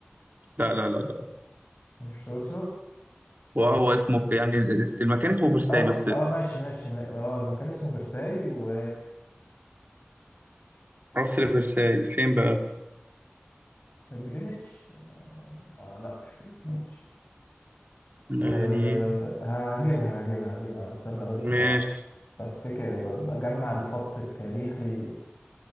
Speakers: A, on the right; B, on the left.
A: لا لا لا لا
B: مش سويسرا
A: وهو اسمه يعني المكان اسمه فرساي
B: اه
A: بس
B: اه ماشي ماشي ما- اه المكان اسمه فرساي و
A: قصر فرساي فين بقى
B: جرينتش آه لا لا مش في جرينتش
A: لا
B: آه
A: يعني ايه
B: ه- هجيبها هجيبها هجيبها استنى بس
A: ماشي
B: بقى بفتكر ب- بجمع الخط التاريخي